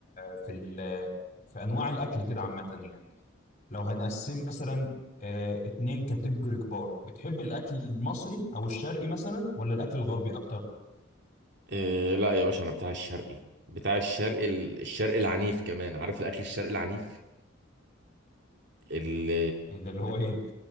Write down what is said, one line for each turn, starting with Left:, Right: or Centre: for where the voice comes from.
Left: في ال في انواع الاكل كده عامه يعني لو هنقسم مثلا آه، اتنين كاتيجوري كبار بتحب الاكل المصري او الشرقي مثلا ولا الاكل الغربي اكتر
Right: إيه لا يا باشا أنا بتاع الشرقي بتاع الشرقي ال- الشرقي العنيف كمان عارف الأكل الشرقي العنيف ال-
Left: ده اللي هو ايه ده؟